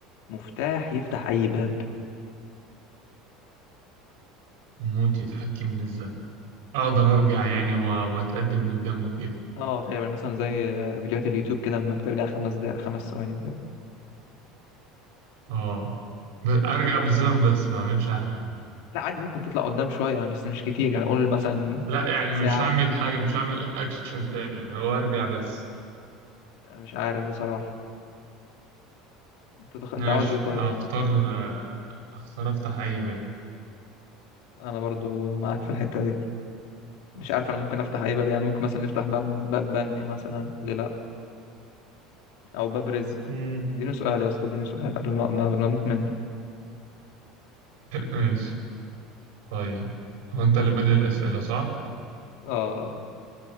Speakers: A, on the left (about 70°); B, on the right (about 75°).
A: مفتاح يفتح اي باب
B: الموت يتحكم بالزمن أقدر أرجع يعني و- وأتقدم قدامه كده
A: اه غالبا مثلا زي فيديوهات اليوتيوب كده لما بترجع خمس دقائق خمس ثواني وكده
B: آه ب- أرجع بالزمن بس ما أعملش أي حاجة
A: لا عادي ممكن تطلع قدام شويه يعني بس مش كتير يعني قول مثلا
B: لا يعني
A: ساعه
B: مش هعمل حاجة مش هعمل أكشن تاني يعني هو أرجع بس
A: مش عارف بصراحه انت تخ... انت
B: ماشي
A: عاوز ايه طيب
B: أختار أختار أفتح أي باب
A: انا برضو معاك في الحته دي مش عارف انا ممكن افتح اي باب يعني ممكن مثلا نفتح باب باب بنك مثلا ليه لا او باب رزق
B: <laughs> امم
A: اديني سؤال يا اسطى اديني سؤال قبل ما ما ما اموت منك
B: ماشي طيب هو أنت اللي بادئ الأسئلة صح؟
A: اه